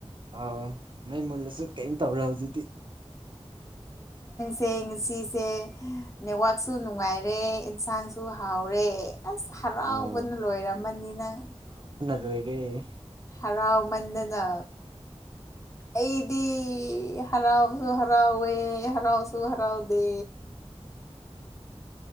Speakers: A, on the right; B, on the left.
A: ꯑꯥꯎ ꯃꯩ ꯃꯨꯜꯂꯁꯨ ꯀꯩꯝ ꯇꯧꯔꯦ ꯍꯧꯖꯤꯛꯇꯤ
B: ꯁꯦꯡ ꯁꯤꯁꯦ ꯅꯦꯠꯋꯥꯛꯁꯨ ꯅꯨꯡꯉꯥꯏꯔꯦ ꯑꯦꯟꯁꯥꯡꯁꯨ ꯍꯥꯎꯔꯦ ꯑꯁ ꯍꯔꯥꯎꯕꯅ
A: ꯑꯥꯎ
B: ꯂꯣꯏꯔꯝꯃꯅꯤꯅꯪ
A: ꯗꯤꯦ
B: ꯍꯔꯥꯎꯃꯟꯗꯅ ꯑꯩꯗꯤ ꯍꯔꯥꯎꯁꯨ ꯍꯔꯥꯎꯋꯦ ꯍꯔꯥꯎꯁꯨ ꯍꯔꯥꯎꯗꯦ